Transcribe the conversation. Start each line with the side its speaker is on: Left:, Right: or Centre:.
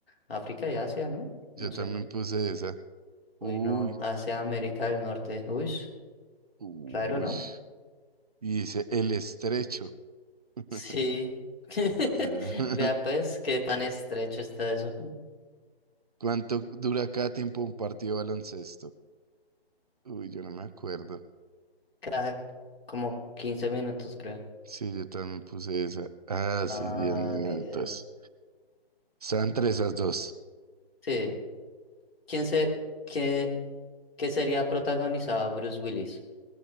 Left: África y Asia, ¿no?
Right: Yo
Left: No sé.
Right: también puse esa. Uy,
Left: Uy, no, hacia América del Norte. Uy,
Right: uy.
Left: raro, ¿no?
Right: Y dice, el estrecho. <laughs>
Left: Sí. <laughs>
Right: No sé. <laughs>
Left: Vea pues qué tan estrecho está eso.
Right: ¿Cuánto dura cada tiempo un partido de baloncesto? Uy, yo no me acuerdo.
Left: Cada como 15 minutos, creo.
Right: Sí, yo también puse esa. Ah,
Left: Ah,
Right: sí, 10 minutos.
Left: diez
Right: Están entre esas dos.
Left: Sí. ¿Quién se, qué, qué sería protagonizado Bruce Willis?